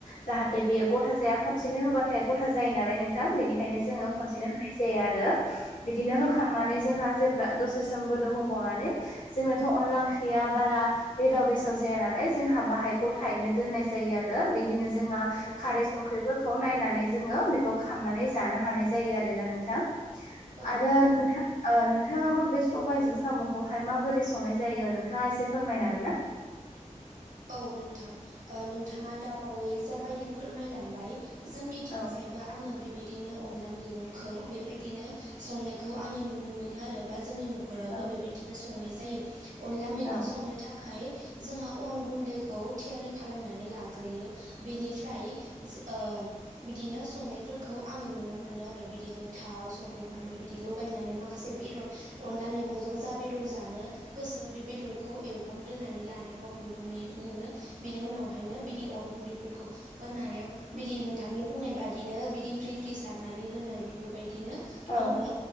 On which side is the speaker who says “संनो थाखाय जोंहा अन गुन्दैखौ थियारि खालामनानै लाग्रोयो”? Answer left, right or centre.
Right